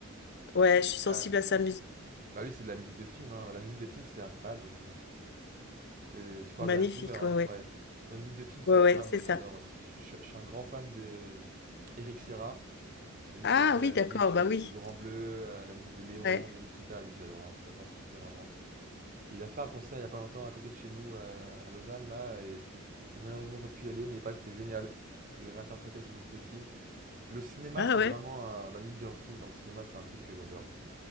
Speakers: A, on the left; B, on the right.
A: ouais, je suis sensible
B: Ah,
A: à sa musique.
B: bah lui, c'est de la musique de film. hein. La musique de film, c'est incroyable aussi. hein. C'est... Tu parles
A: Magnifique,
B: de Hans Zimmer, hein?
A: ouais, ouais,
B: Ouais. La musique de film, c'est
A: ouais,
B: incroyable.
A: ouais, c'est
B: Moi, j'adore
A: ça.
B: aussi. Je, je- je suis un grand fan de euh, Eric Serra, celui
A: Ah
B: qui a fait la
A: oui, d'accord,
B: musique du,
A: bah oui,
B: du Grand Bleu, euh, la musique de Léon,
A: ouais.
B: de Nikita. Lui, j'adore. hein. J'adore ce qu'il fait vraiment. Il a fait un concert il y a pas longtemps à côté de chez nous, à, à Lausanne, là, et j'ai malheureusement pas pu y aller, mais il paraît que c'était génial, où il réinterprétait ses musiques de films. Le cinéma,
A: Ah
B: c'est
A: ouais,
B: vraiment un- la musique dans le film. Dans le cinéma, c'est un truc que j'adore aussi.